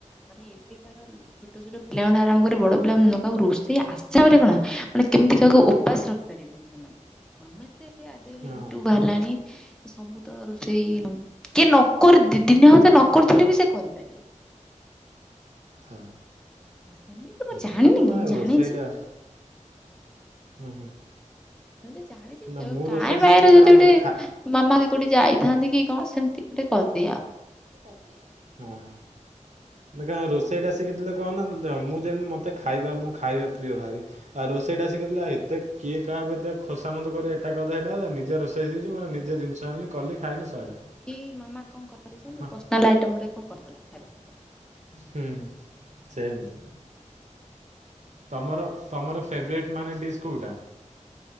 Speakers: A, in the centre; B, on the right.
A: ମାନେ ଏବେ କାର ଛୋଟ ଛୋଟ ପିଲାମାନଙ୍କୁ ଆରମ୍ଭ କରି ବଡ ପିଲା ମିନ କାହାକୁ ରୋଷେଇ ଆସେ ମାନେ କଣ ମାନେ କେମିତି କାହାକୁ ଉପାସ ରଖିପାରିବେନି ସେମାନେ ସମସ୍ତେ ଆଜିକାଲି
B: ହଁ
A: ୟୁଟ୍ୟୁବ ବାହାରିଲାଣି ସବୁ ତ ରୋଷେଇ କିଏ ନ କର ଦି ଦିନି ହଉ ନକରୁଥିଲେ ବି ସେ କରିପାରିବ।
B: ହଁ
A: ସେମିତି
B: ହଁ
A: ମୁଁ ଜାଣିନି
B: ସେଟା ତ
A: ନାହିଁ
B: ଆଉ
A: ଜାଣିଚି।
B: ରୋଷେଇଟା ହୁଁ ହୁଁ।
A: ଯଦି ଜାଣିଛି
B: ନା ମୁଁ
A: କାଏଁ
B: ରୋଷେଇ
A: ବାଇରେ
B: ଶିଖିଲି କାରଣ
A: ଯଦି ଗୋଟେ
B: ମୋତେ ଖା
A: ମାମା କୋଉଠି ଯାଇଥାନ୍ତି କି କଣ ସେମିତି ଗୋଟେ ପଦିଆ
B: ପଦୀ ହଁା ହଁା। ହେଲେ କାଓ ରୋଷେଇଟା ଶିଖିଥିଲେ କହନା ଦେଖ ମୁଁ ଯେମିତି ଖାଇବା ମୁଁ ଖାଇବା ପ୍ରିୟ ଭାରି। ଆଉ ରୋଷେଇ ଟା
A: ଆଉ।
B: ଶିଖିଥିଲା ଏତେ କିଏ କାହାକୁ ଏତେ ଖୋସା ମତ କରି ଏଟା କରିଦେ ହେଟା କରିଦେ ନିଜେ ରୋଷେ ନିଜେ ଜିନିଷ ଆଣିଲି କଲି ଖାଇନି ସଇଲା।
A: କିଇ ମାମା କଣ କରିଛନ୍ତି
B: ହଁ
A: ପର୍ସନାଲ ଆଇଟମ ଗୁଟେ କଣ କରିଦେଲା ଖାଇବା।
B: ହୁଁ ହୁଁ ସେମତି। ତମର ତମର ଫେବରେଟ୍ ମାନେ ଡିସ୍ କେଉଁଟା?